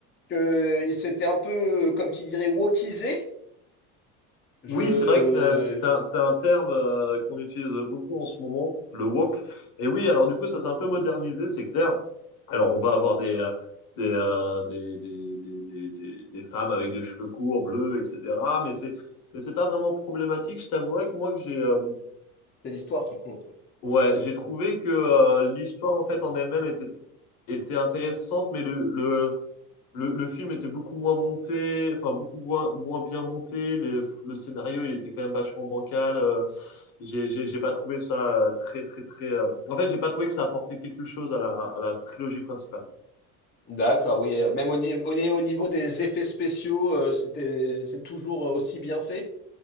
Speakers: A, on the left; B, on the left.
A: que c'était un peu euh, comme qui dirait wokisé. Je
B: Oui, c'est vrai que c'est c'est un, c'est un terme euh, qu'on utilise beaucoup en ce moment, le woke. Et oui, alors du coup, ça s'est un peu modernisé, c'est clair. Alors, on va avoir des, euh, des, euh, des, des, des, des, des- des femmes avec des cheveux courts, bleus, etc. Mais c'est, mais c'est pas vraiment problématique. Je t'avouerais que moi, que j'ai, euh,
A: C'est l'histoire qui compte. oui.
B: ouais, j'ai trouvé que euh, l'histoire en fait en elle-même était, était intéressante, mais le le, le, le film était beaucoup moins monté, enfin beaucoup moins, moins bien monté. Les- le scénario, il était quand même vachement bancal. euh, j'ai, j'ai, j'ai pas trouvé ça euh, très, très, très. euh, En fait, j'ai pas trouvé que ça apportait quelque chose à la, à la trilogie principale.
A: D'accord, oui. euh, Même au, ni- au ni- au niveau des effets spéciaux, euh, c'était, c'est toujours euh, aussi bien fait?